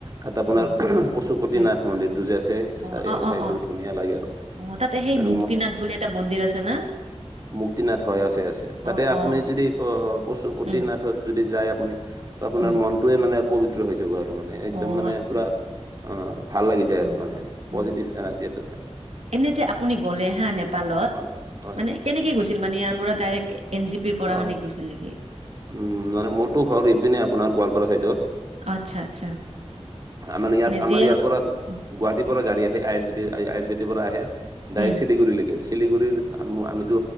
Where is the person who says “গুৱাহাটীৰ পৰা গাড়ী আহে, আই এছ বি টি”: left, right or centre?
Right